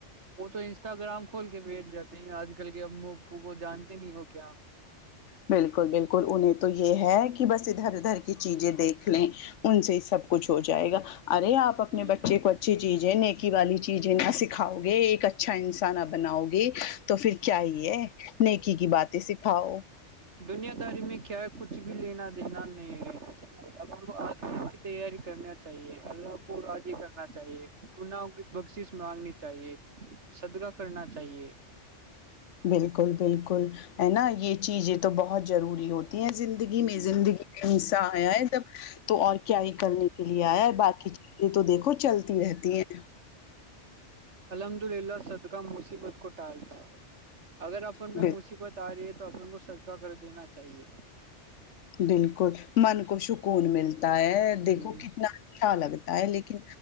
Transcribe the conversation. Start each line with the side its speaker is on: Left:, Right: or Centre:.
Right: وہ تو انسٹاگرام کھول کے بیٹھ جاتے ہیں آج کل کے او او کو جانتے نہیں ہو کیا آپ
Left: بالکل بالکل انہیں تو یہ ہے کہ بس ادھر ادھر کی چیزیں دیکھ لیں ان سے سب کچھ ہو جائے گا ارے آپ اپنے
Right: جی
Left: بچے کوچا اچھی چیزیں نیکی والی چیزیں نا سکھاؤ گے ایک اچھا انسان آپ بناؤ گے تو پھر کیا ہی ہے نیکی کی باتیں سکھاؤ
Right: دنیا داری میں کیا ہے کچھ بھی لینا دینا نہیں رہینا اپ آ کی تیاری کرنے چاہیے اللہ کو راضی کرنا چاہیے گناہ کی بخشش مانگنی چاہیے صدقاہ کرنا چاہیے
Left: بالکل بالکل ہے نا یہ چیزیں تو بہت ضروری ہوتی ہیں زندی زندگی میں
Right: جی
Left: زندگی میں حصہ آیا ہے تب تو اور کیا ہی کرنے کے لیے آیا باقی چیزیں تو دیکھو چلتی رہتی ہیں
Right: الحمد للہ صدقہ مصیبت کو ٹالتی ہے اگر اپن میں
Left: بالکل
Right: میت بت آ رہی ہے تو اپن کو سدکا کر دینا چاہیے
Left: بالکل من کو سکون ملتا ہے دیکھو
Right: جی
Left: کتنا اچھا لگتا ہے لیکن